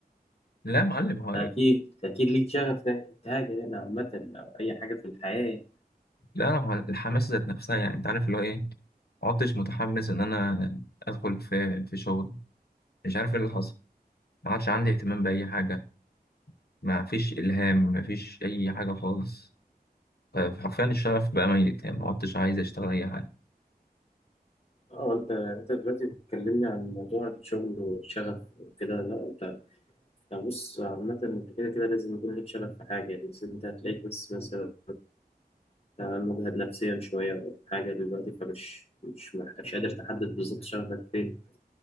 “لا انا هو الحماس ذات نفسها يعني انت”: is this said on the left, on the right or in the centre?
Left